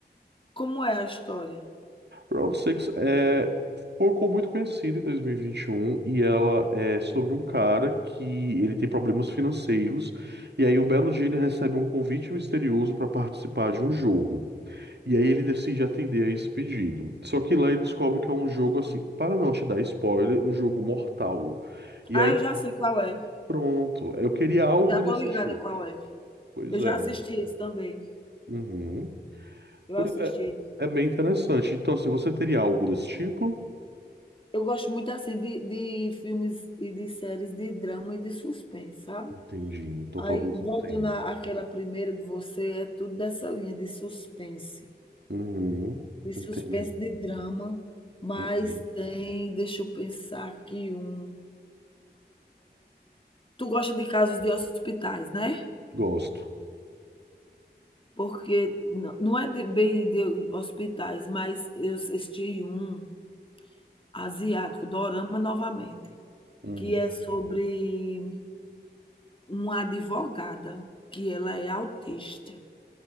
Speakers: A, on the left; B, on the right.
A: Como é a história?
B: Round Six é, ficou muito conhecida em 2021 e vinte e um e ela é sobre um cara que ele tem problemas financeiros e aí um belo dia ele recebe um convite misterioso para participar de um jogo. E aí ele decide atender a esse pedido. Só que lá ele descobre que é um jogo assim, para não te dar spoiler, um jogo mortal. E
A: Ah,
B: aí
A: eu já sei qual é.
B: pronto, eu queria algo
A: Já
B: desse
A: tô ligada
B: tipo.
A: qual é.
B: Pois
A: Eu já
B: é.
A: assisti esse também,
B: Uhum.
A: eu
B: Pois
A: assisti.
B: é, é bem interessante. Então, assim, você teria algo desse tipo?
A: Eu gosto muito, assim, de de filmes e de séries de drama e de suspense, sabe.
B: Entendi. Então
A: Aí,
B: talvez
A: voltando
B: não tenha.
A: à àquela primeira de você, é tudo dessa linha de suspense,
B: Uhum.
A: de suspense,
B: Entendi.
A: de drama, mas
B: Uhum.
A: tem deixa eu pensar aqui um tu gosta de casos de hospitais, né?
B: Gosto.
A: Porque não não é de bem de hospitais, mas eu assisti um asiático, dorama novamente,
B: Uhum.
A: que é sobre Uma advogada, que ela é autista.